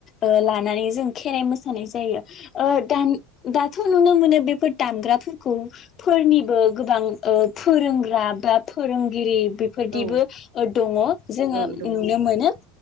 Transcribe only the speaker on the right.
औ
औ
दङ औ